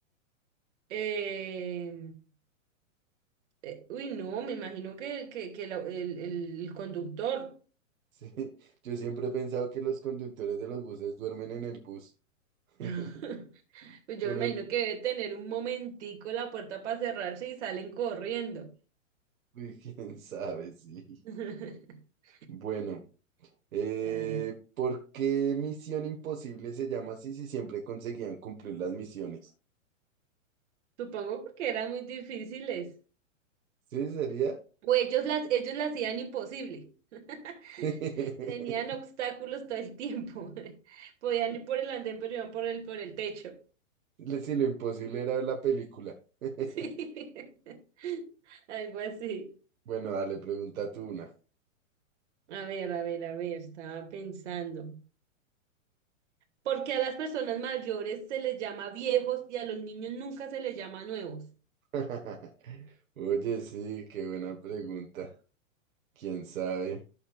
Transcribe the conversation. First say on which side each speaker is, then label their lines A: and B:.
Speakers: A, on the right; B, on the right.
A: Eh, eh, uy, no, me imagino que, que, que la- el, el conductor,
B: Sí, yo siempre he pensado que los conductores de los buses duermen en el bus. <laughs>
A: <laughs> pues yo
B: Ponen,
A: me imagino que debe tener un momentico la puerta para cerrarse y salen corriendo.
B: uy, quién sabe, sí.
A: <laughs>
B: Bueno, eh,
A: A ver.
B: ¿por qué Misión Imposible se llama así si siempre conseguían cumplir las misiones?
A: Supongo porque eran muy difíciles.
B: Sí, sería.
A: O ellos las, ellos las hacían imposible. <laughs>
B: <laughs>
A: Tenían obstáculos todo el tiempo. <laughs> Podían ir por el andén, pero iban por el, por el techo.
B: Le- Sí, lo imposible era ver la película. <laughs>
A: <laughs> Sí, <laughs> algo así.
B: Bueno, dale, pregunta tú una.
A: A ver, a ver, a ver, estaba pensando. Porque a las personas mayores se les llama viejos y a los niños nunca se les llama nuevos.
B: <laughs> Oye, sí, qué buena pregunta. ¿Quién sabe?